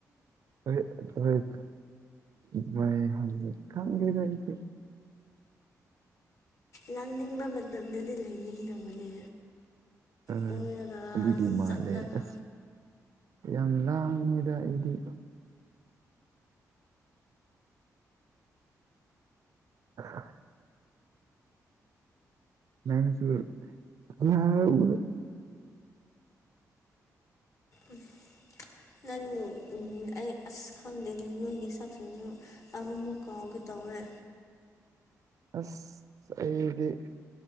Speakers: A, on the right (about 60°); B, on the left (about 55°).
A: ꯍꫭꯏ ꯍꫭꯏ ꯗꯨꯃꯥꯏꯅ ꯍꯥꯏꯕꯅꯤ ꯈꯪꯗꯦꯗ ꯑꯩꯁꯨ
B: ꯂꯥꯡꯅꯤꯡꯕ ꯃꯇꯝꯗꯗꯤ ꯂꯩꯅꯤꯡꯗꯕꯅꯦ
A: ꯑ
B: ꯀꯣꯏꯔꯒ
A: ꯑꯗꯨꯒꯤ ꯃꯥꯜꯂꯦ
B: ꯆꯠꯂꯒ
A: ꯑꯁ ꯌꯥꯝ ꯂꯥꯡꯉꯗ ꯏꯗꯤ <inaudible> ꯃꯁꯨ ꯑ ꯎ
B: ꯎꯝ ꯅꯪ ꯎꯝ ꯑꯩ ꯑꯁ ꯈꯪꯗꯦꯅꯦ ꯅꯣꯏꯒꯤ ꯁꯥꯞꯁꯟꯁꯨ ꯑꯃꯛ ꯃꯨꯛꯀꯥꯎꯒꯦ ꯇꯧꯋꯦ
A: ꯑꯁ ꯑꯩꯗꯤ